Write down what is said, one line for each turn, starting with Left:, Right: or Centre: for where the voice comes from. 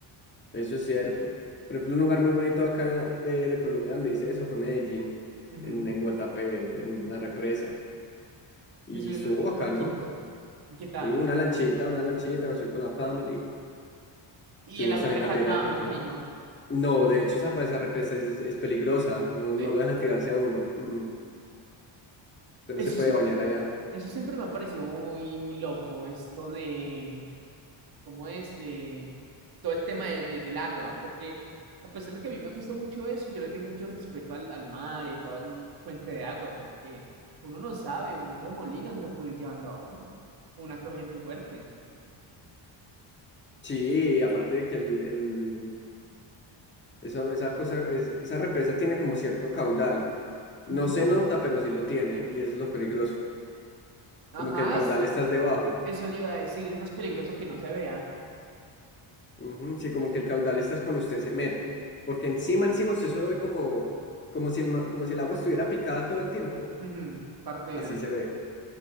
Left: Eso es cierto. Por ejemplo, un lugar muy bonito acá de, de Colombia donde hice eso fue Medellín,
Right: Ujú.
Left: en, en Guatapé, en, en la represa. Y
Right: Se subió
Left: estuvo
Right: en un, un
Left: acá,
Right: barquito,
Left: ¿no?
Right: ¿y qué tal?
Left: Sí, una lanchita, una lanchita, nos fuimos con la family.
Right: Y
Left: Subimos
Right: el agüita
Left: también la
Right: calmada,
Left: Piedra del Peñón.
Right: me imagino.
Left: No, de hecho, esa, agua de esa represa es, es peligrosa. No,
Right: ¿Sí?
Left: no lo dejan tirarse a uno. Mm, mm. Usted
Right: Eso
Left: no se puede
Right: siempre,
Left: bañar allá.
Right: eso siempre me ha parecido muy, muy loco, esto de, ¿cómo es? De todo el tema de- de- del agua, porque a pesar de que a mí me gusta mucho eso, yo le tengo mucho respeto al, al mar y toda la fuente de agua, porque uno no sabe, un remolino se lo puede ir llevando a uno, una corriente fuerte.
Left: Sí, aparte de que el, el- esa, esa cosa, es- esa represa tiene como cierto caudal. No
Right: Ujú.
Left: se nota, pero sí lo tiene, y eso es lo peligroso.
Right: Ajá,
Left: Como que el caudal
Right: es-
Left: estás debajo.
Right: eso le iba a decir, es más peligroso que no se vea.
Left: Ujú, Sí, como que el caudal estás cuando usted se mete. Porque encima, encima usted solo ve como, como si el, ma- como si el agua estuviera picada todo el tiempo.
Right: Ujú, Partida.
Left: Así se ve.